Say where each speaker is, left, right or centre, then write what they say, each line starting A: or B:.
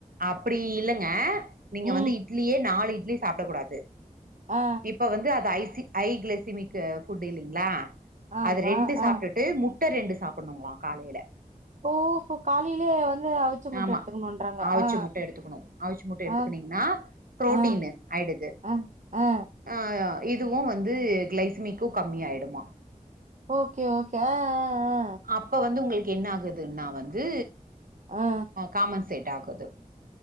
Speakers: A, on the right (about 80°); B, on the right (about 55°).
A: அப்டி இல்லங்க நீங்க
B: ம்
A: வந்து இட்லியே நாலு இட்லி சாப்டக் கூடாது
B: ஆ
A: இப்ப வந்து அது ஐசி ஐ கிளசிமிக்கு ஃபுட்டு இல்லைங்களா
B: ஆமா
A: அது ரெண்டு சாப்ட்டு
B: ஆ
A: ட்டு முட்ட ரெண்டு சாப்பணுங்களாம் காலையில
B: ஓஹோ காலையிலே வந்து அவி ச்ச முட்ட
A: ஆமா
B: எடுத்துக்கணுன்றாங்க
A: அவிச்ச
B: ஆ
A: முட்ட எடுத்துக்கணு அவிச்ச முட்ட எடுத்துக்கனீங்கன்னா
B: ஆ
A: புரோட்டீனு
B: ஆ
A: ஆயிடுது
B: ஆ ஆ
A: ஆ இதுவும் வந்து கிளைசிமிக்கும் கம்மியா ஆயிடுமா
B: ஓகே ஓகே ஆ ஆ ஆ
A: அப்ப வந்து உங்களுக்கு என்ன ஆகுதுன்னா வந்து
B: ஆ, ஆ.
A: காமன்சேட் ஆகுது